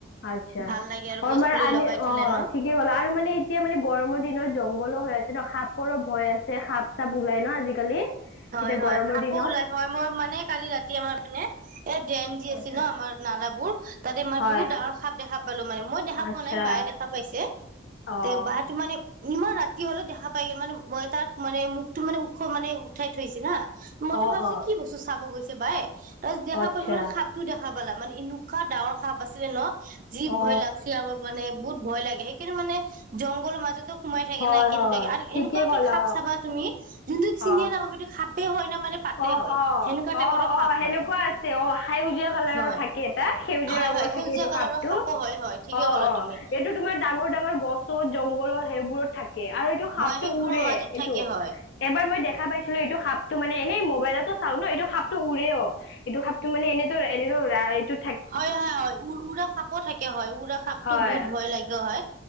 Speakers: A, on the left; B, on the right.
A: আচ্ছা
B: ভাল লাগে আৰু
A: <unintelligible>
B: গছ পুলি লগাই থলে ন
A: কি হল আৰু মানে এতিয়া মানে গৰমৰ দিনত জংঘলো হৈ আছে ন, সাপৰো ভয় আছে সাপ। চাপ ওলাই ন আজিকালি,
B: হয়
A: এতিয়া
B: হয়
A: গৰমৰ
B: সাপো
A: দিনত।
B: ওলাই হয়, মই মানে কালি ৰাতি আমাৰ এইপিনে এ ড্ৰেন যি
A: আচ্ছা,
B: আছে ন আমাৰ নালাবোৰ তাতে ম‌ই
A: হয়
B: বহুত ডাঙৰ সাপ দেখা পালো, মানে মই দেখা
A: আচ্ছা
B: পোৱা নাই বাইয়ে দেখা পাইছে
A: অ
B: তে বাইয়েটো মানে ইমান ৰাতি হলেও দেখা পাই গ'ল, মানে মই তাৰ মানে মুখটো মানে ওখ মানে উঠাই থৈছিল হা। মইতো
A: অ
B: ভাবিছো
A: অ
B: কি বস্তু চাব গৈছে বাই তাৰপিছত দেখা
A: আচ্ছা
B: পালো মানে সাপ। টো দেখা পালা মানে এনেকুৱা ডাঙৰ সাপ আছিলে ন, যি
A: অ
B: ভয় লাগ <unintelligible> মানে বহুত ভয় লাগে। সেইকাৰণে মানে জংঘলৰ মাজতো সোমাই থাকে
A: হয়
B: নাই কেনেকুৱা
A: হয়
B: আৰু
A: ঠিকেই
B: এনেকুৱাকে
A: ক'লা
B: সাপ চাবা তুমি যোনটো
A: অ
B: চিনিয়ে নাপাবা সেইটো সাপেই হয় নে মানে পাতে
A: অ
B: হয়,
A: অ অ
B: সেনেকুৱা
A: অ
B: টাইপৰো
A: অ
B: সাপ
A: সেনেকুৱা
B: হয়।
A: অ' সেউজীয়া কালাৰৰ
B: হয়
A: থাকে এটা সেউজীয়া
B: হয়
A: ৰঙৰ
B: হয় সেউজীয়া
A: থাকে এইটো
B: কালাৰৰ
A: সাপটো।
B: সাপো হয় হয় ঠিকে
A: অ'
B: ক'লা
A: অ'
B: তুমি
A: এইটো তোমাৰ ডাঙৰ ডাঙৰ গছৰ জংঘলৰ সেইবোৰত থাকে। আৰু এইটো সাপটো
B: হয় সেইবোৰৰ
A: উৰে
B: মাজত
A: এইটো।
B: থাকে হয়
A: এবাৰ মই দেখা পাইছিলো, এইটো সাপটো মানে এনেই মোবাইলতো চাও ন এইটো সাপটো উৰেও। এইটো সাপটো মানে এনেদৰ এনেদৰ এইটো-
B: হয় হয় হয়, উ-উৰা সাপো থাকে হয়, উৰা সাপটো
A: হয়
B: বহুত ভয় লাগে হয়।